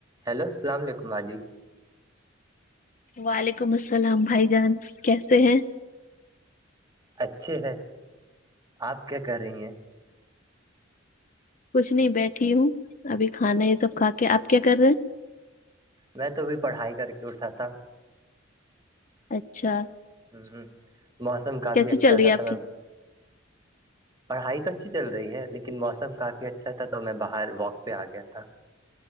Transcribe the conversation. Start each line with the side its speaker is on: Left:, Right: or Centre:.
Right: hello السلام علیکم ہا جی
Left: وعلیکم السلام بھائی جان کیسے ہیں
Right: اچھے ہے آپ کیا کر رہی ہیں
Left: کچھ نہیں بیٹھی ہوں ابھی کھانا یہ سب کھا کے آپ کیا کر رہے ہیں
Right: میں تو ابھی پڑھائی کر کے اٹھا تھا
Left: اچھا
Right: ہمم ہمم موسم کافی
Left: کیسی
Right: اچھا
Left: چل رہی
Right: تھا
Left: ہے آپ
Right: ت
Left: کی
Right: پڑھائی تو اچھی چل رہی ہے لیکن موسم کافی اچھا تھا تو میں باہر واک پہ آ گیا تھا